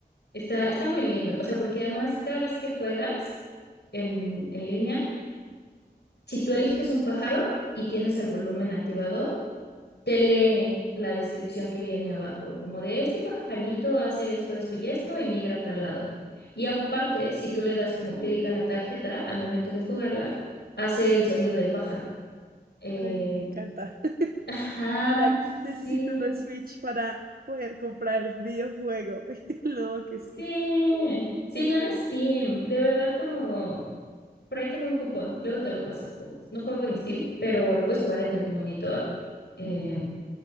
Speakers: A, on the left; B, on the right.
A: está, está muy lindo. O sea, porque además cada vez que juegas en, en línea, si tú eliges un pájaro y tienes el volumen activado, te lee la descripción que viene abajo, como de este pajarito hace esto, esto y esto y migra a tal lado. Y aparte, si tú le das como clic a la tarjeta al momento de jugarla, hace el sonido del pájaro. Eh,
B: ay, me encanta. <laughs>
A: ajá,
B: Ahora necesito
A: sí,
B: una Switch para poder comprar el videojuego. <laughs> No, que es que
A: sí, sí,
B: qué genial.
A: no en Steam, de verdad como... Por ahí tengo un cupón, luego te lo paso. No juego en Steam, pero lo puedes jugar en el monitor. Eh,